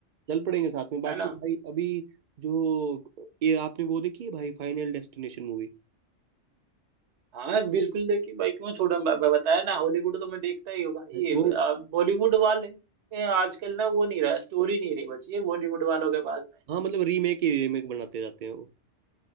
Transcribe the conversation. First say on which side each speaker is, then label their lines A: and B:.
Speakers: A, on the right (about 55°); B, on the right (about 70°).
A: चल पड़ेंगे साथ में बाकी
B: है ना
A: भाई अभी जो ये आपने वो देखी है भाई फाइनल डेस्टिनेशन मूवी
B: हाँ बिल्कुल देखिए भाई क्यों छोड़ा मैं मैं बताया ना हॉलीवुड तो मैं देखता ही हूँ भाई
A: वो
B: बॉलीवुड वाले ये आजकल ना वो नहीं रहा स्टोरी नहीं रही बची है बॉलीवुड वालों के पास में
A: हाँ मतलब रीमेक ही रीमेक बनाते जाते हैं वो